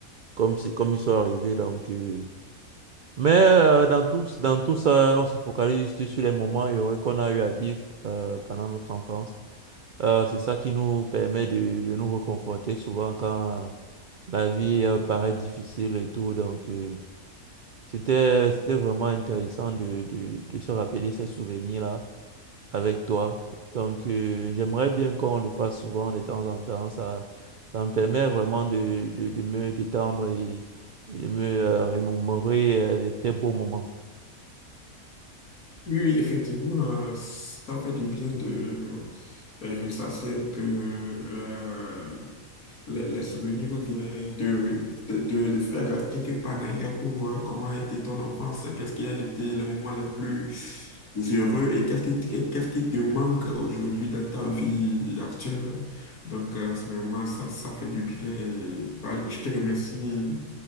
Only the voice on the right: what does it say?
comme c'est comme ils sont arrivés. Donc, euh. mais euh, dans tout, dans tout ça, on se focalise juste sur les moments heureux qu'on a eu à vivre euh, pendant notre enfance. Euh, c'est ça qui nous permet de, de nous réconforter souvent quand euh, La vie euh, paraît difficile et tout. Donc, euh, c'était, c'était vraiment intéressant de, de, de se rappeler ces souvenirs-là avec toi. Donc, euh, j'aimerais bien qu'on le fasse souvent de temps en temps. Ça, ça me permet vraiment de, de, de me détendre et, et de me euh, remémorer euh, les très beaux moments.